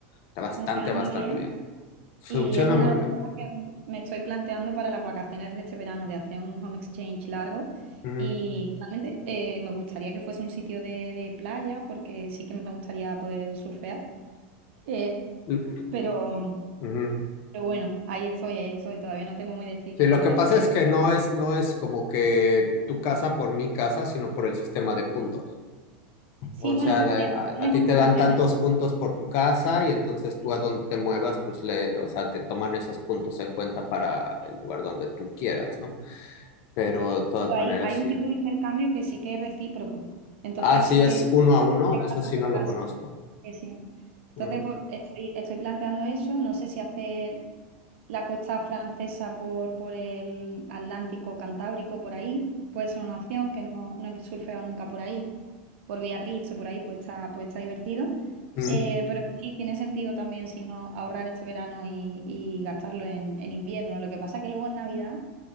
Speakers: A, on the left; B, on the right.
A: Está bastante,
B: funciona
A: bastante
B: muy bien
A: bien. Funciona
B: Y es una
A: muy
B: de
A: bien.
B: las cosas que me estoy planteando para las vacaciones de este verano, de hacer un home exchange largo.
A: Ujú.
B: Y realmente eh, me gustaría que fuese un sitio de, de playa, porque sí que me gustaría poder surfear. Eh,
A: L-
B: pero,
A: ujú.
B: pero bueno, ahí estoy, ahí estoy. Todavía no tengo muy decidido
A: Sí, lo que
B: qué hacer.
A: pasa es que no es, no es como que tu casa por mi casa, sino por el sistema de puntos.
B: Sí,
A: O
B: bueno,
A: sea, de-
B: eh,
A: a,
B: tienes
A: a ti
B: otras
A: te dan
B: opciones.
A: tantos puntos por tu casa y entonces tú a donde te muevas, pues le, o sea, te toman esos puntos en cuenta para el lugar donde tú quieras, ¿no? Pero de todas
B: Hay,
A: maneras,
B: hay un
A: sí.
B: tipo de intercambio que sí que es recíproco. Entonces
A: Ah, sí,
B: sí
A: es
B: que
A: uno a uno,
B: es
A: eso
B: casa
A: sí
B: por
A: no
B: casa.
A: lo conozco.
B: Sí, sí. Entonces,
A: Mm,
B: pues, estoy, estoy planteando eso. No sé si hacer la costa francesa por, por el Atlántico Cantábrico, por ahí. Puede ser una opción que no, no he surfeado nunca por ahí, por Biarritz o por ahí, pues está, pues está divertido.
A: mm,
B: Eh, pero sí, tiene sentido también si no ahorrar este verano y, y gastarlo en, en invierno. Lo que pasa que luego en Navidad